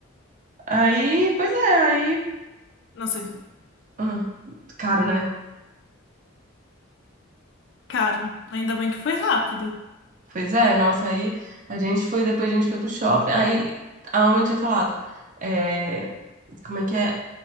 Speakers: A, on the right (about 35°); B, on the left (about 55°).
A: Aí, pois é, aí,
B: Nossa,
A: ah, caro, né?
B: caro. Ainda bem que foi rápido.
A: Pois é, nossa, aí a gente foi, depois a gente foi pro shopping, aí a mamãe tinha falado, é, como é que é?